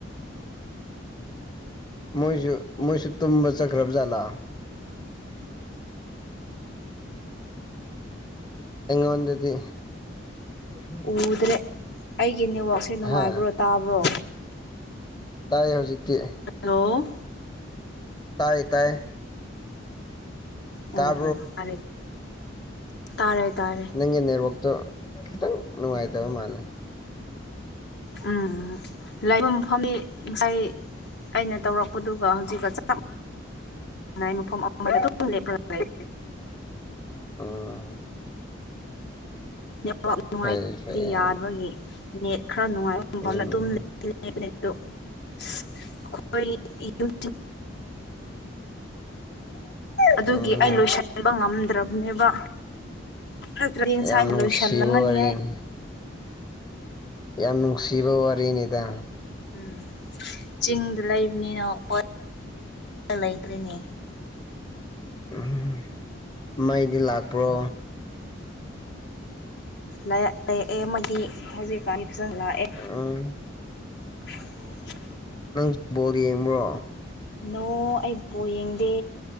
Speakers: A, on the left; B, on the left.
A: ꯃꯣꯏꯁꯨ ꯃꯣꯏꯁꯨ ꯇꯨꯝꯕ ꯆꯠꯈ꯭ꯔꯕ ꯖꯥꯠꯂ ꯌꯦꯉꯣꯗꯗꯤ ꯑ
B: ꯎꯗ꯭ꯔꯦ ꯑꯩꯒꯤ ꯅꯦꯠꯋꯥꯛꯁꯦ ꯅꯨꯡꯉꯥꯏꯕ꯭ꯔꯣ
A: ꯍꯥ
B: ꯇꯥꯕ꯭ꯔꯣ
A: ꯇꯥꯏ ꯍꯧꯖꯤꯛꯇꯤ
B: ꯍꯜꯂꯣ
A: ꯇꯥꯏ ꯇꯥꯏ ꯇꯥ
B: ꯑꯣ ꯑꯣ ꯇꯥꯔꯦ ꯇꯔꯦ ꯇꯥꯔꯦ ꯇꯥꯔꯦ
A: ꯅꯪꯒꯤ ꯅꯦꯠꯋꯥꯛꯇꯣ ꯈꯤꯇꯪ ꯅꯨꯡꯉꯥꯏꯇꯕ ꯃꯥꯜꯂꯦ
B: ꯎꯝ ꯂꯥꯏꯐꯝ ꯃꯐꯝꯅꯤ ꯑꯩꯥꯏ ꯑꯩꯅ ꯇꯧꯔꯛꯄꯗꯨꯒ ꯍꯧꯖꯤꯛꯀ ꯆꯞ ꯥꯏ ꯃꯐꯝ ꯑꯃꯍꯗꯞ ꯂꯩ
A: ꯎꯝ
B: ꯅꯦꯠꯋꯥꯛ ꯅꯨꯡꯉꯥꯏꯇꯕꯗꯤ
A: ꯐꯩ ꯐꯩ
B: ꯌꯥꯕꯒꯤ ꯅꯦꯠ ꯈꯔ ꯅꯨꯡꯉꯥꯏ
A: ꯎꯝ
B: ꯑꯗꯨꯝ ꯂꯩ ꯕ ꯑꯩꯈꯣꯏ ꯌꯨꯝ ꯑꯗꯨꯒꯤ
A: ꯎꯝ
B: ꯑꯩ ꯂꯣꯏꯁꯤꯟꯕ ꯉꯝꯗ꯭ꯔꯕ ꯅꯦꯕ ꯈꯔ ꯇꯔꯦꯟ ꯁ꯭ꯋꯥꯏꯗ
A: ꯌꯥꯝ ꯅꯨꯡꯁꯤꯕ
B: ꯂꯣꯏꯁꯜꯂꯒꯅꯤ
A: ꯋꯥꯔꯤꯅꯤ ꯌꯥꯝ ꯅꯨꯡꯁꯤꯕ ꯋꯥꯔꯤꯅꯤꯗ
B: ꯎꯝ ꯆꯤꯡꯗ ꯂꯩꯕꯅꯤꯅ ꯄ ꯂꯩꯇ꯭ꯔꯤꯅꯦ
A: ꯎꯝ ꯃꯩꯗꯤ ꯂꯥꯛꯄ꯭ꯔꯣ
B: ꯂꯔꯑꯦ ꯑꯃꯗꯤ ꯍꯧꯖꯤꯛꯀꯥꯟꯗꯤ ꯐꯖꯅ ꯂꯥꯛꯑꯦ
A: ꯑꯥ
B: ꯑ ꯔꯣꯖ
A: ꯅꯪ ꯕꯣꯣꯔ ꯌꯦꯡꯕ꯭ꯔꯣ
B: ꯅꯣ ꯑꯩꯕ ꯌꯦꯡꯗꯦ